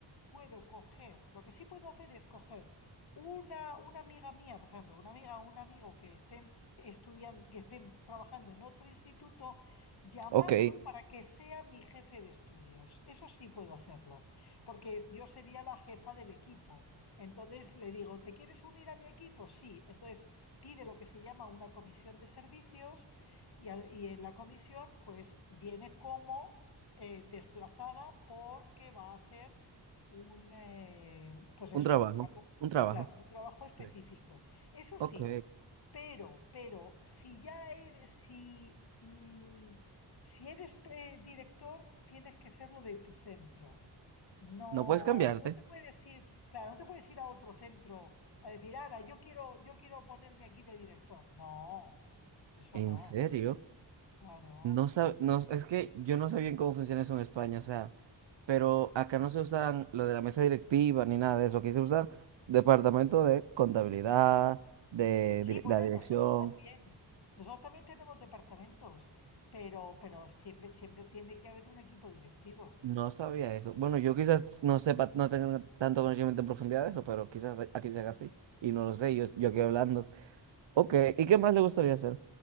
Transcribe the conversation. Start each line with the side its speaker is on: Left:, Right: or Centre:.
Left: puedo coger, lo que sí puedo hacer es coger una, una amiga mía, por ejemplo, una amiga o un amigo que estén estudiando, que estén trabajando en otro instituto, llamarlo
Right: ok,
Left: para que sea mi jefe de estudios. Eso sí puedo hacerlo, porque es- yo sería la jefa del equipo. Entonces le digo, ¿te quieres unir a mi equipo? Sí. Entonces pide lo que se llama una comisión de servicios y, y en la comisión pues viene como eh, desplazada porque va a hacer un, eh, pues eso,
Right: un trabajo,
Left: algo-
Right: un trabajo.
Left: claro, un trabajo específico.
Right: Sí.
Left: Eso
Right: Ok,
Left: sí, pero, pero si ya eres, si, mm, si eres eh, director, tienes que serlo de tu centro. No,
Right: no puedes cambiarte.
Left: no te puedes ir, claro, no te puedes ir a otro centro a decir, ahora, yo quiero, yo quiero ponerme aquí de director. No, eso
Right: ¿En
Left: no.
Right: serio?
Left: Claro.
Right: No sab- no, es que yo no sé bien cómo funciona eso en España, o sea, pero acá no se usan lo de la mesa directiva ni nada de eso. Aquí se usa departamento de contabilidad, de,
Left: Sí,
Right: dir-
Left: bueno,
Right: la dirección.
Left: nosotros también. Nosotros también tenemos departamentos, pero, pero siempre, siempre tiene que haber un equipo directivo.
Right: No sabía eso. Bueno, yo quizás no sepa, no tenga tanto conocimiento en profundidad de eso, pero quizás aquí se haga así. Y no lo sé, yo, yo aquí hablando. Ok, ¿y qué más le gustaría hacer?